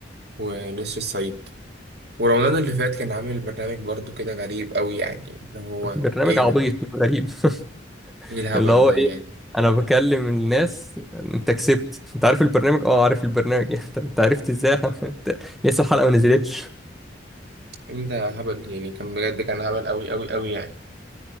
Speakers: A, on the right (about 60°); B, in the centre.
A: ونسر الصعيد ورمضان اللي فات كان عامل برنامج برضو كده غريب قوي يعني اللي هو
B: برنامج
A: ايه
B: عبيط
A: ده
B: غريب <laughs>
A: ايه الهبل
B: اللي هو
A: ده
B: إيه
A: يعني
B: أنا بكلم الناس أنت كسبت أنت عارف البرنامج اه عارف البرنامج <laughs> أنت أنت عرفت إزاي <laughs> أنت لسه الحلقة ما نزلتش
A: الفيلم ده هبل يعني كان بجد كان هبل أوي أوي أوي يعني